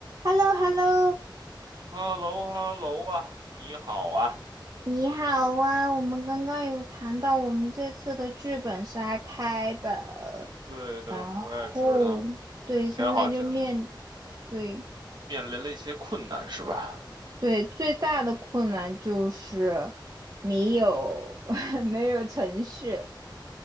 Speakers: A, on the right; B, on the right.
A: h e l l o h e l l o
B: h e l l o h e l l o 啊，你好啊。
A: 你好啊！我们刚刚有谈到我们这次的剧本杀开本，
B: 对的，
A: 然后对，
B: 我也知道，前好像
A: 现在就面对
B: 面临了一些困难，是吧？
A: 对最大的困难就是没有 <laughs> 没有程序，